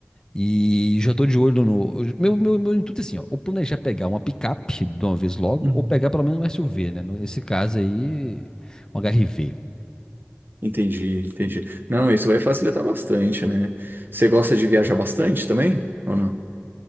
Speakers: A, on the left; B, on the right.
A: E já tô de olho no. Meu, meu, meu intuito é assim, ó. Ou planejar pegar uma picape de uma vez logo,
B: Uhum.
A: ou pegar pelo menos um SUV, né? Nesse caso aí, um HRV.
B: Entendi, entendi. Não, isso vai facilitar bastante, né? Você gosta de viajar bastante também? Ou